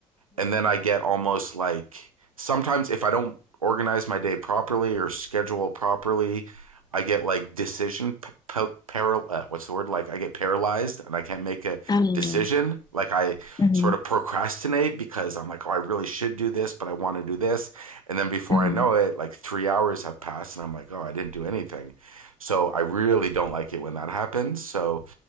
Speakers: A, on the right; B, on the left.
A: and then I get almost like sometimes if I don't organize my day properly or schedule properly, I get like decision p- p- paral- uh, what's the word like I get paralyzed and I can't make a
B: Um,
A: decision. Like I
B: mhm,
A: sort of procrastinate because I'm like, oh, I really should do this, but I want to do this, and then before
B: mhm.
A: I know it, like three hours have passed, and I'm like, oh, I didn't do anything. So I really don't like it when that happens. So